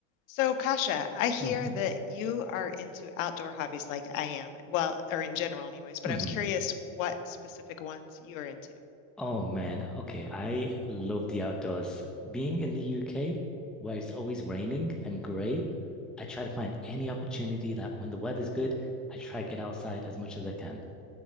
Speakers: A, on the left; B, in the centre.
A: So, Kasha, I hear
B: hmm
A: that you are into outdoor hobbies like I am. Well, or in general, anyways, but
B: hmm
A: I was curious what specific ones you're into.
B: Oh man, okay. I love the outdoors. Being in the UK, where it's always raining and grey, I try to find any opportunity that when the weather's good, I try to get outside as much as I can.